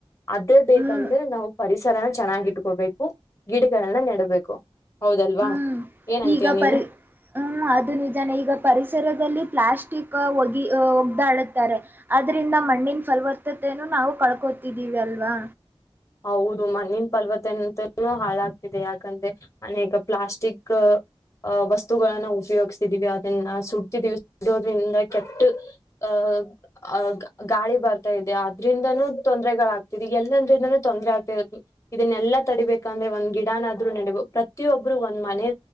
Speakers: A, on the left; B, on the right.
A: ಅದೇ ಬೇಕಂದ್ರೆ
B: ಹ್ಮ್
A: ನಾವು ಪರಿಸರನ ಚೆನ್ನಾಗಿಟ್ಕೊಬೇಕು ಗಿಡಗಳನ್ನ ನೆಡ್ಬೇಕು ಹೌದಲ್ವಾ
B: ಹ್ಮ್
A: ಏನಂತೀಯ
B: ಈಗ
A: ನೀನು?
B: ಪರಿ ಹ್ಮ ಅದು ನಿಜಾನೆ ಈಗ ಪರಿಸ್ ಪರಿಸರದಲ್ಲಿ ಪ್ಲಾಸ್ಟಿಕ್ ಹೋಗಿ ಹೋಗ್ದಾಡುತಾರೆ ಅದ್ರಿಂದ ಮಣ್ಣಿನ ಫಲವತ್ತತೆನು ನಾವು ಕಲ್ಕೊತಿದ್ದೀವಿ ಅಲ್ವಾ
A: ಹೌದು ಮಣ್ಣಿನ ಪಲ್ವತೆ ಅಂತೂ ಹಾಳಾಗ್ತಿದೆ ಯಾಕಂದ್ರೆ ಅನೇಕ ಪ್ಲಾಸ್ಟಿಕ್ ಅ ವಸ್ತುಗಳನ್ನ ಉಪಯೋಗ್ಸ್ತಿದೀವಿ ಅದನ್ನ ಸುಟ್ತಿದೀವಿ ಸುಡೋದ್ರಿಂದ ಕೆಟ್ ಅ ಅ ಗಾಳಿ ಬರ್ತಾ ಇದೆ ಅದ್ರಿಂದನೂ ತೊಂದರೆಗಳಾಗ್ತಿದೆ ಎಲ್ಲಂದ್ರಿಂದಾನು ತೊಂದ್ರರೆ ಆಗ್ತ ತ್ತು ಇದನ್ನೆಲ್ಲಾ ತಡಿಬೇಕಂದ್ರೆ ಒಂದ್ ಗಿಡಾನಾಆದ್ರು ನಡಬೇ ಪ್ರತಿಯೊಬ್ರು ಒಂದ್ ಮನೆ